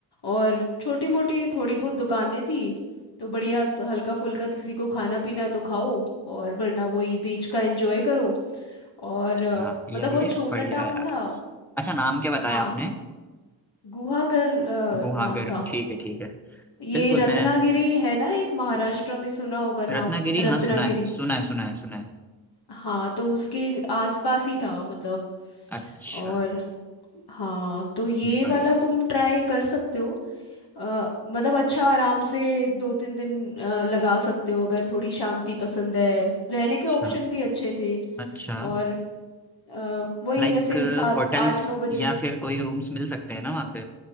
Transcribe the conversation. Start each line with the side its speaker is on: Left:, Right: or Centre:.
Left: और छोटी मोटी थोड़ी बहुत दुकानें थी तो बढ़िया तो हल्का फुल्का किसी को खाना पीना तो खाओ और वरना वही बीच का एंजॉय करो और अ,
Centre: हाँ यार
Left: मतलब बहुत
Centre: ये
Left: छोटा
Centre: बढ़िया
Left: टाउन
Centre: है यार
Left: था
Centre: अच्छा नाम क्या बताया
Left: हाँ
Centre: आपने
Left: गुहागर अ,
Centre: गुहागर
Left: नाम था
Centre: ठीक है ठीक है
Left: ये
Centre: बिल्कुल
Left: रत्नागिरी
Centre: मैं
Left: है ना एक महाराष्ट्र में सुना होगा
Centre: रत्नागिरी
Left: नाम
Centre: हाँ
Left: रत्नागिरी
Centre: सुना है सुना है सुना है सुना है
Left: हाँ तो उसके आसपास ही था मतलब
Centre: अच्छा
Left: और हाँ तो ये
Centre: बढ़िया
Left: वाला तुम ट्राई कर सकते हो अ, मतलब अच्छा आराम से दो तीन दिन अ, लगा सकते हो अगर थोड़ी शांति पसंद है रहने के
Centre: अच्छा
Left: ऑप्शन भी अच्छे थे
Centre: अच्छा
Left: और अ, वही
Centre: लाइक
Left: ऐसे सात
Centre: होटल्स
Left: आठ नौ बजे
Centre: या फिर कोई रूम्स मिल सकते हैं ना वहाँ